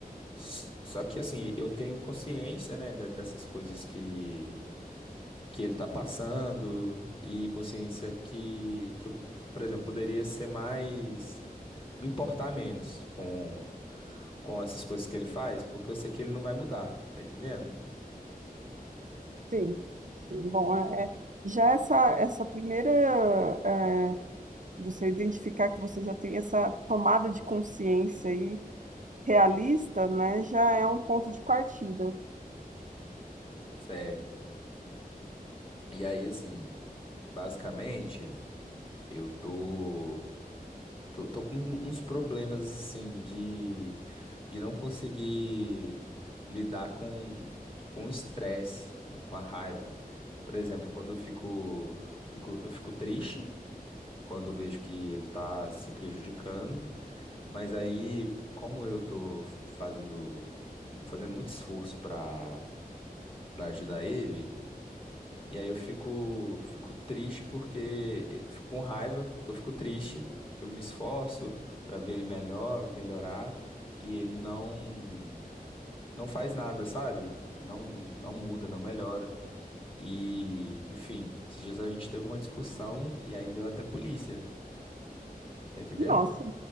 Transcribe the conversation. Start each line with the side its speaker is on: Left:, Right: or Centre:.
Left: S- Só que assim, eu tenho consciência, né, de- dessas coisas que, que ele tá passando e consciência que, que eu, por exemplo, poderia ser mais, me importar menos com, com essas coisas que ele faz, porque eu sei que ele não vai mudar, tá entendendo?
Right: Sim, sim. Bom, é, é- já essa, essa primeira, é, você identificar que você já tem essa tomada de consciência aí realista, né, já é um ponto de partida.
Left: Certo. E aí, assim, basicamente, eu tô. Tô, tô com um, uns problemas, assim, de, de não conseguir lidar com, com o estresse, né, com a raiva. Por exemplo, quando eu fico, fico, eu fico triste, quando vejo que ele tá se prejudicando, mas aí, como eu tô fazendo, fazendo muito esforço pra, pra ajudar ele, e aí eu fico, fico triste porque fico com raiva, porque eu fico triste, que eu me esforço pra ver ele melhor, melhorar, e ele não não faz nada, sabe? Ele não não muda, não melhora. E, enfim, esses dias a gente teve uma discussão e aí deu até polícia, tá entendendo?
Right: Nossa,